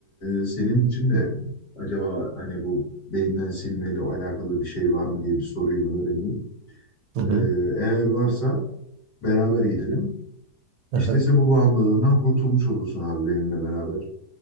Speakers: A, on the left; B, on the right.
A: e, senin için de acaba hani bu beyinden silmeyle alakalı bir şey var mı diye bir sorayım öğreneyim.
B: hı
A: E,
B: hı,
A: eğer varsa beraber gidelim.
B: hı
A: İşte bu bağımlılığından kurtulmuş olursun abi benimle beraber.